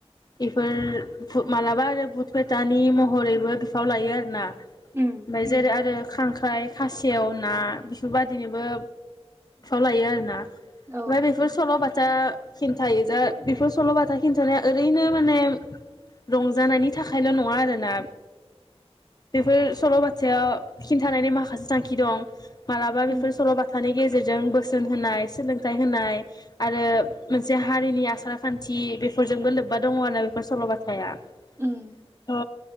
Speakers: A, on the left; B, on the right.
A: बेफोर मालाबा आरो भुटपेटानि महरैबो बिफाव लायो आरोना ओमफ्राय
B: उम
A: जेरै आरो खां खांख्राय खासेव ना बेफोरबायदिनोबो लायो आरो ना। ओमफ्राय
B: औ ओं
A: बेफोर सल'बाथा खिन्थायो जा बेफोर सल' बाथा खिन्थानाया ओरैनो माने रंजानायनि थाखायल' नङा आरोना बेफोर सल' बाथा खिनथानायनि माखासे थांखि दं। मालाबा बेफोर
B: उम
A: सल'बाथानि गेजेरजों। जोंबो। बोसोन होनाय सोलोंथाइ होनाय आरो मोनसे हारिनि आसार खान्थि बेफोरजोंबो लोब्बा दङ आरो बेफोर सल'बाथाया। थ'।
B: उम